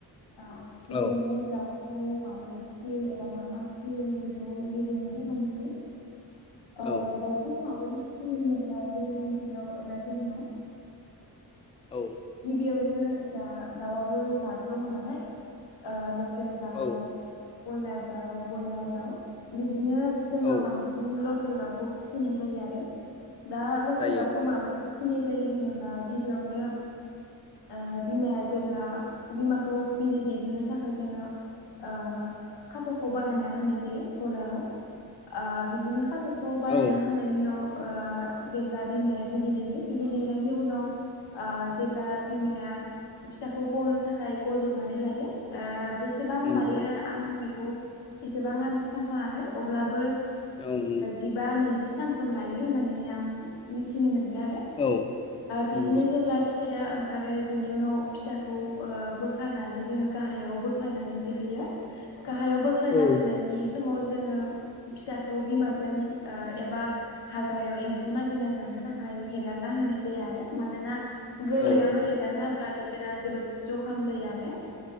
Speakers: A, on the left; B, on the left.
A: ओ किरियानो
B: औ
A: दावखौ माबोरै एबा मा मा फिसियो बेखौ गिबियावनो फोरमायनोसै। आ
B: औ
A: दावखौ माबोरै होनोब्ला जोंनि ओनसोलाव एबा ओ जोंनाव
B: औ
A: गिबियावनो। जा दाउआबो जाद दङ नालाय ओ लकेल दाउ,
B: औ
A: कयलार दाउ, बयलार दाउ बिदिनो जोंनाव
B: औ
A: बांसिन लकेल दाउखौ फिसिनाय जायो आरो। दा लकेल
B: जायो
A: दावउखौ
B: औ
A: माबोरै फिसिनाय जायो होनोब्ला गिबियावनो ओ बिमाया जेब्ला बिमाखौ बिरि दैहोनो थाखाय जोङो ओ खाथ'खौ बानायना होनाय जायो गलाराव ओ बिदिनो खाथ'खौ बानायनो
B: औ
A: हानायनि उनाव ओ जेब्ला बिमाया बिदिरहयो बिदिरह हैनायनि उनाव ओ जेब्ला बिमाया फिसाखौ गनो थाखाय गज'नानै लायो ओ बेसेबां
B: नंगौ
A: लायो आं बेखौ इसेबां आन्दाज खालामफ्लाङाखै अब्लाबो
B: औ नंगौ
A: जिबा नैजि सानखौ लायो होननानै आं मोनथिनो मोन्दों आरो
B: औ
A: बिदिनो
B: नंगौ
A: जेब्ला फिसाया ओंखारो बिनि उनाव फिसाखौ ओ बोखारनानै जोङो गाहायाव बोख्लायनानै दहोयो गाहायाव बोख्लायना
B: औ
A: होनायनि समाव जोङो फिसाखौ बिमाजों ओ एबा हाग्रायाव एम्फौ नागिरना जानो थाखाय हेगारना होनाय जाया आरो मानोना गोरलैयावनो
B: औ
A: हेगाना होब्ला बिसि <unintelligible> जोबोद जखाम जायो आरो